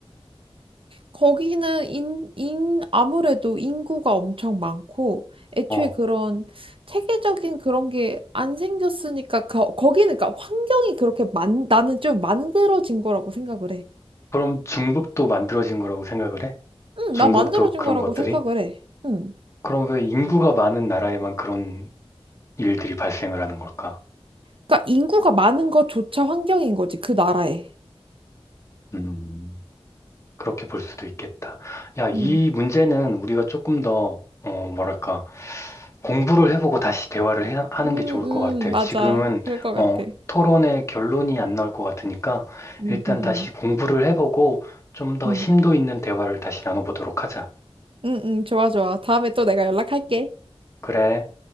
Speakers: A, on the right; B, on the left.
A: 거기는 인, 인, 아무래도 인구가 엄청 많고, 애초에
B: 어,
A: 그런 체계적인 그런 게 안 생겼으니까, 거, 거기는 그러니까 환경이 그렇게 만, 나는 좀 만들어진 거라고 생각을 해.
B: 그럼 중국도 만들어진 거라고 생각을 해?
A: 응,
B: 중국도
A: 나 만들어진
B: 그런
A: 거라고
B: 것들이?
A: 생각을 해. 응.
B: 그럼 왜 인구가 많은 나라에만 그런 일들이 발생을 하는 걸까?
A: 그러니까 인구가 많은 것조차 환경인 거지, 그 나라에.
B: 음, 그렇게 볼 수도 있겠다. 야, 이
A: 응.
B: 문제는 우리가 조금 더, 어, 뭐랄까. 공부를 해보고 다시 대화를 해- 하는
A: 음,
B: 게 좋을 것 같아.
A: 음, 맞아.
B: 지금은
A: 그럴 것 같아.
B: 어, 토론의 결론이 안 나올 것 같으니까
A: 음,
B: 일단
A: 음,
B: 다시
A: 음.
B: 공부를 해보고 좀 더
A: 음.
B: 심도 있는 대화를 다시 나눠보도록 하자.
A: 응, 응, 좋아, 좋아. 다음에 또 내가 연락할게.
B: 그래.